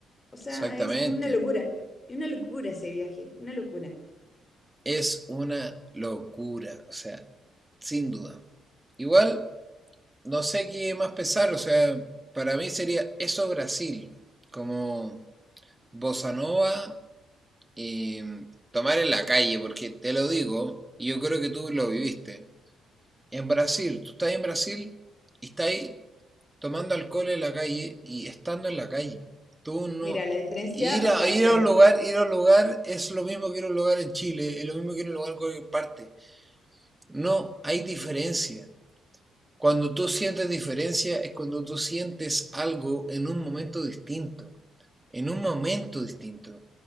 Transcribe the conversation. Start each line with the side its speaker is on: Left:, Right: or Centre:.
Left: O sea,
Right: Exactamente.
Left: es una locura. Es una locura ese viaje, una locura.
Right: Es una locura, o sea, sin duda. Igual, no sé qué más pesar, o sea, para mí sería eso Brasil, como Bossa Nova, eh, tomar en la calle, porque te lo digo, y yo creo que tú lo viviste. En Brasil, tú estás en Brasil y estás ahí tomando alcohol en la calle y estando en la calle. Tú no
Left: Mira, la diferencia,
Right: ir
Left: o
Right: a
Left: sea,
Right: ir
Left: claro,
Right: a un lugar, ir a un lugar es lo mismo que ir a un lugar en Chile, es lo mismo que ir a un lugar en cualquier parte. No hay diferencia. Cuando tú sientes diferencia es cuando tú sientes algo en un momento distinto, en un momento distinto.